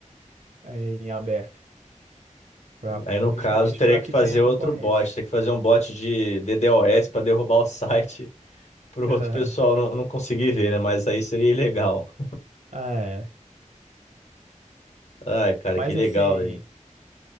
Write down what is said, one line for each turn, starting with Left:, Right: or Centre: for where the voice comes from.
Right: é, em aberto, pra,
Left: Aí no
Right: justamente
Left: caso, teria
Right: para
Left: que
Right: que
Left: fazer
Right: tenha
Left: outro
Right: concorrência.
Left: bot, teria que fazer um bot de DDoS para derrubar o site <laughs> pro
Right: <laughs>
Left: outro pessoal não, não conseguir ver, né? Mas aí seria ilegal.
Right: É.
Left: Ai, cara,
Right: Mas
Left: que legal,
Right: assim.
Left: velho.